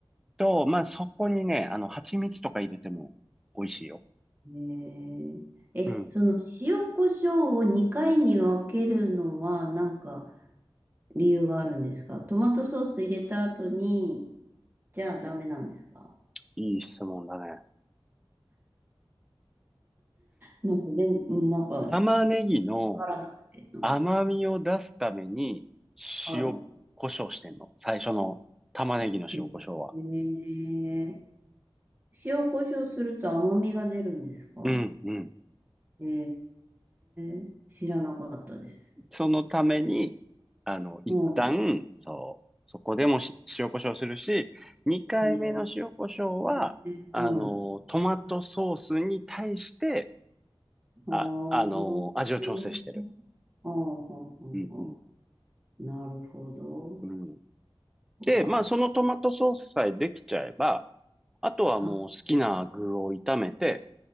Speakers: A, in the centre; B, on the right (about 20°).
A: と、まあそこにね、あの、蜂蜜とか入れても美味しいよ。
B: ねええ、
A: うん。
B: その塩コショウを2回に分けるのはなんか理由があるんですかトマトソース入れた後に、じゃあダメなんですか
A: いい質問だね。
B: なんか全、なんか、わ
A: 玉ねぎの、
B: からなくて。うん、
A: 甘みを出すために
B: はい。
A: 塩、胡椒してんの。最初の玉ねぎの塩、
B: へ
A: 胡椒は。
B: え塩コショウすると甘みが出るんですか
A: うん、うん。
B: へえ知らなかったです。
A: そのために、あの、一旦、
B: も
A: そう、そこでもし塩、ョウするし、二回目の塩、
B: う、ね
A: 胡椒は、
B: え、
A: あの、
B: はい。
A: トマトソースに対して、
B: あーあー、
A: あ、あの、味を調整してる。
B: はあ、はあ、
A: うん、
B: は
A: う
B: あ。なるほど。
A: ん、うん。
B: うわ、
A: で、まあ、そのトマトソースさえできちゃえば、あとはもう好きな具を炒めて、
B: は、